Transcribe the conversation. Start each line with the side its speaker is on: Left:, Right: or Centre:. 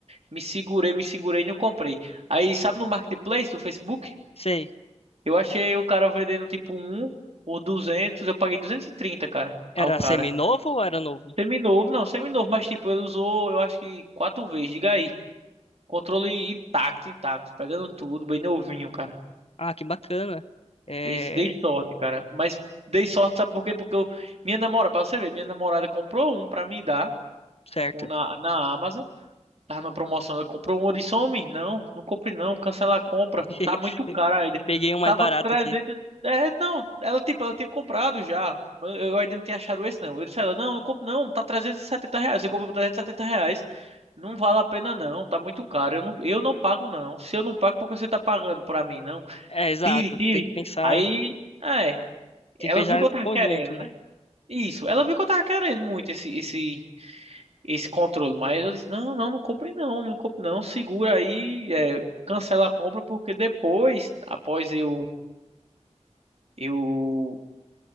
Right: me segurei, me segurei e não comprei. Aí, sabe no Marketplace do Facebook?
Left: Sei.
Right: Eu achei o cara vendendo, tipo, um por 200, eu paguei 230, cara, ao
Left: Era
Right: cara.
Left: semi-novo ou era novo?
Right: Seminovo, não, seminovo, mas, tipo, ele usou, eu acho que quatro vezes, diga aí. Controle intacto, intacto, pegando tudo, bem novinho, cara.
Left: Ah, que bacana. É,
Right: Dei, dei sorte, cara. Mas dei sorte, sabe por quê? Porque eu, minha namorada, pra você ver, minha namorada comprou um pra me dar,
Left: certo.
Right: um na, na Amazon. Tava na promoção, ela comprou um. Eu disse, homem, não, não compre não, cancela a compra.
Left: <laughs>
Right: Tá muito caro ainda.
Left: Peguei um mais
Right: Tava
Left: barato
Right: 300...
Left: aqui.
Right: É, não, ela, tipo, ela tinha comprado já. Eu, eu ainda não tinha achado esse, não. Eu disse a ela, não, não compro não, tá 370 reais. Você comprou por 370 reais. Não vale a pena não, tá muito caro. Eu não, eu não pago não. Se eu não pago, por que você tá pagando pra mim, não?
Left: É, exato.
Right: Tire, tire.
Left: Você tem que pensar,
Right: Aí... É,
Left: tem
Right: ela
Left: que pensar
Right: viu que
Left: em
Right: eu tava
Left: conjunto,
Right: querendo,
Left: né?
Right: né? Isso, ela viu que eu tava querendo muito esse, esse, esse controle, mas eu disse, não, não, não compre não, não compre não, segura aí, é, cancela a compra, porque depois, após eu, eu,